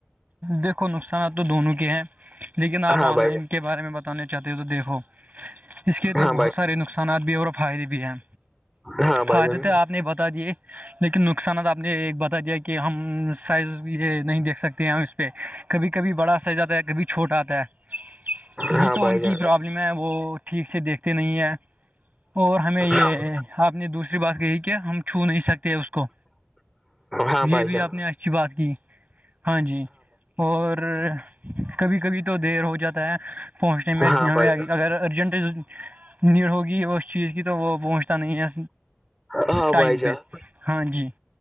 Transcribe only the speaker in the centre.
ہاں
بھائی
جان
ہاں
ہاں بائی
جن
ہاں
بھائی
جان
ہاں بھائی جان
ہاں
بھائی
جان
ہاں
بھائی
ہاں
بھائی جان